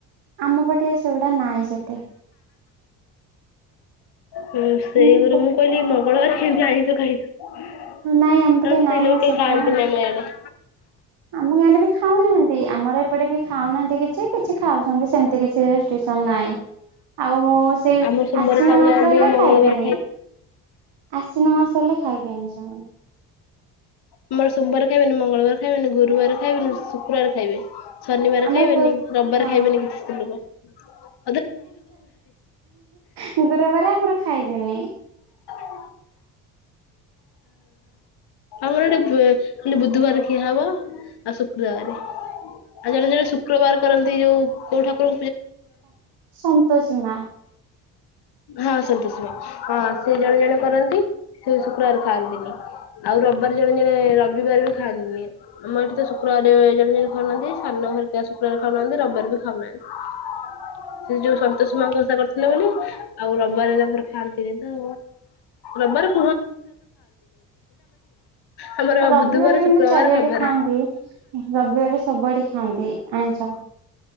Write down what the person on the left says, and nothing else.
ହ ସେଇଗରୁ
ମୁଁ କହିଲି ମ। ବ <inaudible> କେମିତି ଆଇ ତୁ ଖାଇୁ ଆ
ସ୍୍ରୀ
ଲୋକେ
ଖାଆନ୍ତିନ ଆମ ଆଡେ
ଆମର ସୋମବାର ଖାଉନାହାନ୍ତି
ମଙ୍ଗଳବାର
ଆମର ସୋମବାର ଖାଇବେନି ମଙ୍ଗଳବାର ଖାଇବେନି ଗୁରୁବାର ଖାଇବେନି ଶୁକ୍ରବାର ଖାଇବେ। ଶନିବାର
ଖାଇବେନି
ରବିବାର
ଖାଇବେନି କିଛି ସ୍ତ୍ରୀ ଲୋକ। ହ।
<inaudible> ହ ଆମର ଗୋଟେ ଖାଲି ବୁଧବାର ଖିଆ ହବ ଆଉ ଶୁକ୍ରବାର ଆଉ ଜଣେ ଜଣେ ଶୁକ୍ରବାର କରନ୍ତି ଯୋଉ କୋଉ ଠାକୁର
ହଁ ସନ୍ତୋଷୀ ମା ହଁ ସେିଏ ଜଣେ ଜଣେ କରନ୍ତି। ସେ ଶୁକ୍ରବାର ଖାଆନ୍ତିନି ଆଉ ରବିବାର ଜଣେ ଜଣେ ରବିବାର ବି ଖାଆନ୍ତିନି ଆମ ଏଠି ତ ଶୁକ୍ରବାର ଜଣେ ଜଣେ ଖାଉନାହାନ୍ତି ସାନ ହରିକା ଶୁକ୍ରବାର ଖାଉନାହାନ୍ତି ରବାର ବି ଖାଉନାହାନ୍ତି। ସେ ଯୋଉ ସନ୍ତୋଷ ମା ଓଷା କରିଥିଲେ ବୋଲି। ଆଉ ରବାର ତାଙ୍କର ଖାଆନ୍ତିନି ତ ରବାର ଆମର
ବୁଧବାର ଶୁକ୍ରବାର
ରବିବାରେ